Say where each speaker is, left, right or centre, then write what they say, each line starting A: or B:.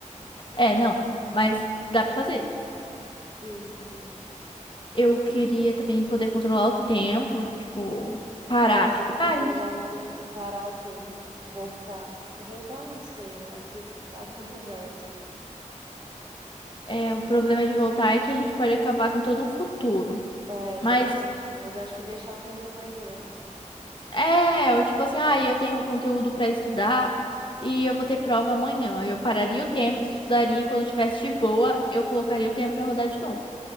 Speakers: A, on the left; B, on the right.
A: É, não. Mas dá pra fazer.
B: Sim, sim.
A: Eu queria também poder controlar o tempo, tipo, parar.
B: Nossa,
A: Tipo,
B: controlar
A: ai,
B: o tempo, parar o tempo, voltar. Voltar não sei, né? Porque há controvérsias.
A: é, o problema de voltar é que a gente pode acabar com todo um futuro.
B: É,
A: Mas.
B: exatamente. Mas acho que deixar o tempo mais lento.
A: É, eu tipo assim, ah, eu tenho conteúdo pra estudar e eu vou ter prova amanhã. Eu pararia o tempo, estudaria e quando eu tivesse de boa, eu colocaria o tempo pra rodar de novo.